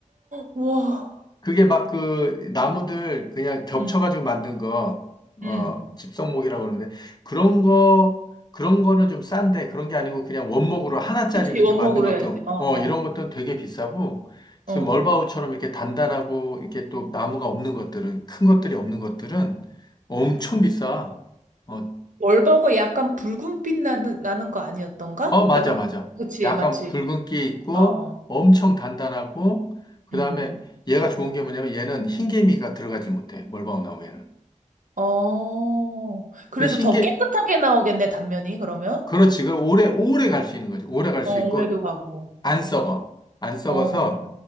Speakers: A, on the right (about 70°); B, on the left (about 30°).
A: 와.
B: 그게 막 그 나무들 그냥 겹쳐가지고
A: 응,
B: 만든 거, 어,
A: 응.
B: 집성목이라고 그러는데, 그런 거, 그런 거는 좀 싼데, 그런 게 아니고 그냥 원목으로 하나짜리
A: 그치,
B: 이렇게
A: 원목으로
B: 만든 것도,
A: 해야지. 어, 어,
B: 어, 이런 것들은 되게 비싸고, 지금
A: 어.
B: 멀바우처럼 이렇게 단단하고, 이렇게 또 나무가 없는 것들은, 큰 것들이 없는 것들은 엄청 비싸. 어,
A: 월버거 약간 붉은빛 나는, 나는 거 아니었던가?
B: 어, 맞아,
A: 내가.
B: 맞아.
A: 그치,
B: 약간
A: 맞지.
B: 붉은기 있고,
A: 어,
B: 엄청 단단하고, 그
A: 음.
B: 다음에 얘가 좋은 게 뭐냐면 얘는 흰개미가 들어가질 못해, 멀바우 나무에는.
A: 어. 그래서
B: 그 흰게,
A: 더 깨끗하게 나오겠네, 단면이, 그러면?
B: 그렇지. 그럼 오래, 오래 갈 수 있는 거지. 오래 갈
A: 어,
B: 수 있고,
A: 올해도 가고.
B: 안 썩어. 안 썩어서,
A: 어,